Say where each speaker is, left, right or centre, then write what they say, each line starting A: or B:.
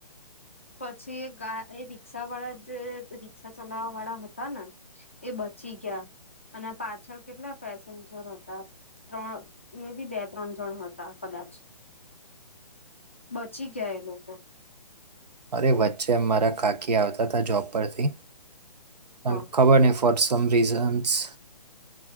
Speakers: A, on the left; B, on the right.
A: પછી એ ગા એ રિક્ષા વાળા જે રિક્ષા ચલાવવા વાળા હતા ને એ બચી ગયા, અને પાછળ કેટલા પેસેન્જર હતા ત્રણ, મેબી બે-ત્રણ જણ હતા કદાચ. બચી ગયા એ લોકો.
B: અરે વચ્ચે મારા કાકી આવતા તા જોબ પરથી, પણ
A: હા
B: ખબર નહીં વોટ સમ રિઝન્સ